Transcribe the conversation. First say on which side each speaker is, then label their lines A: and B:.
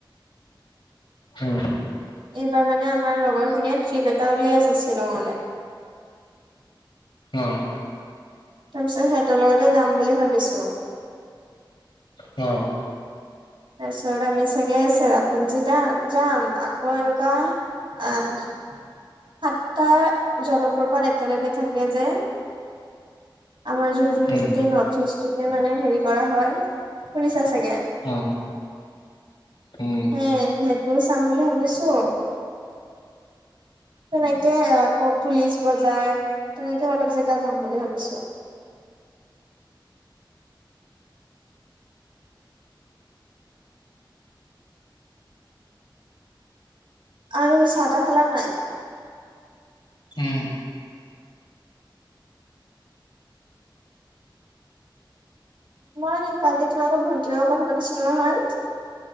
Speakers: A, on the left; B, on the right.
A: উম,
B: এইবাৰ মানে, আমাৰ লগৰ খিনিয় ট্ৰিপ এটা উলিয়াই আছে শ্বিলঙলে
A: অ',
B: তাৰ পিছত, সিহঁতৰ লগতে যাম বুলি ভাবিছো
A: অ',
B: তাৰপিছত, আমি চাগে চেৰাপুঞ্জী দাম যাম আকৌ এনেকুৱা অ', সাতটা, জলপ্ৰপাত একেলগে থাকে যে আমাৰ যোনটো <unintelligible>
A: উম,
B: যিটোকে মানে হেৰি কৰা হয়, শুনিছা চাগে,
A: অ', উম,
B: হে সেইটোও চাম বুলি ভাবিছো। তেনেকে আকৌ, পুলিচ বজাৰ তেনেকে অলপ জেগা যাম বুলি ভাবিছো। আৰু, চাহ তাহ খালা নাই?
A: উম,
B: মই কালি তোমালোকৰ ভণ্টিৰ লগত কথা পাতিছিলো নহয়